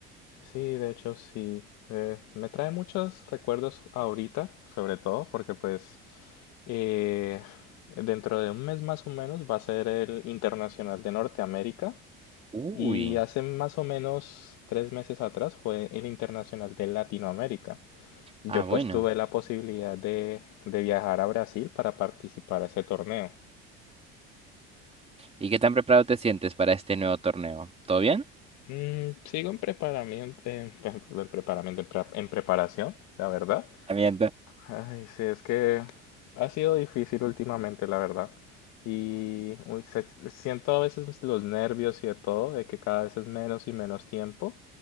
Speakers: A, on the left; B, on the right.
A: Sí, de hecho sí. Eh, me trae muchos recuerdos ahorita, sobre todo porque pues eh, dentro de un mes más o menos va a ser el Internacional de Norteamérica
B: Uy,
A: y hace más o menos tres meses atrás fue el Internacional de Latinoamérica. Yo
B: ah, bueno.
A: pues tuve la posibilidad de, de viajar a Brasil para participar a ese torneo.
B: ¿Y qué tan preparado te sientes para este nuevo torneo? ¿Todo bien?
A: Mm, sigo en preparamiento, en, <laughs> en preparamiento, en pre- en preparación, la verdad.
B: Miento.
A: Ay, sí, es que ha sido difícil últimamente, la verdad. Y uy, se- siento a veces los nervios y de todo, de que cada vez es menos y menos tiempo.